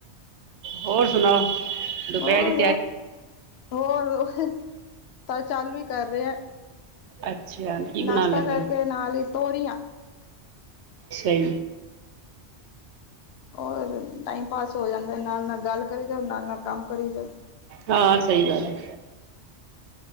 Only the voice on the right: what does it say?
ਹੋਰ ਸੁਣਾਓ ਦੁਪਹਿਰੀ
ਅੱਛਾ। ਕੀ
ਬਣਾਉਣ ਲੱਗੇ
ਸਈ।
ਹਾਂ ਸਈ ਗੱਲ ਐ।